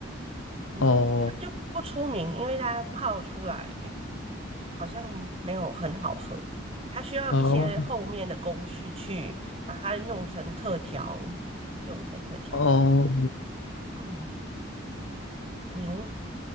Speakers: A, on the right; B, on the left.
A: 嗯，
B: 哦
A: 它就不出名，因为它泡出来好像没有很好喝，它需要一些后面的工序去把它弄成特调，
B: 哦
A: 用成特调这样。
B: 哦，
A: 嗯，明，